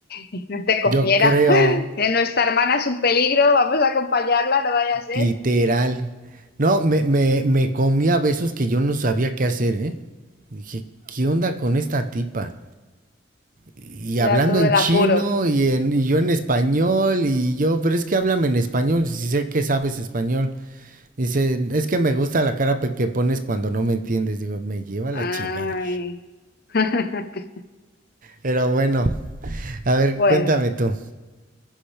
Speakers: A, on the left; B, on the right.
A: <laughs> no te comiera.
B: yo creo,
A: Que Nuestra hermana es un peligro, vamos a acompañarla, no vaya a ser.
B: literal. No, me, me, me comí a besos que yo no sabía qué hacer, ¿eh? Dije, ¿qué onda con esta tipa? y hablando
A: Le da todo
B: en
A: el
B: chino
A: apuro.
B: y, en, y yo en español y yo, pero es que háblame en español, si sé que sabes español. Dice, es que me gusta la cara pe- que pones cuando no me entiendes. Digo, me lleva
A: Ay.
B: la chingada.
A: <laughs>
B: Pero bueno, a ver,
A: Bueno,
B: cuéntame tú.